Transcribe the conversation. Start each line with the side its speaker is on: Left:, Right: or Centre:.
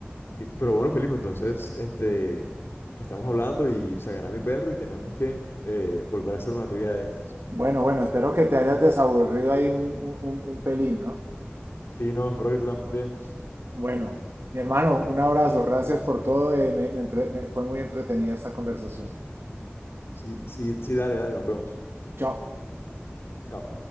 Left: sí, pero bueno, Felipe, entonces, este, estamos hablando y sacará mi perro y tenemos que eh, volver a hacer una trivia de estas.
Right: Bueno, bueno, espero que te hayas desaburrido ahí un, un- un pelín, ¿no?
Left: Sí, no, espero que tú también.
Right: Bueno, mi hermano, un abrazo,
Left: <laughs> Vale.
Right: gracias por todo, eh, me- me entre- me- fue muy entretenida esta conversación.
Left: Sí, sí, sí, dale, dale, nos vemos.
Right: Chao.
Left: Chao.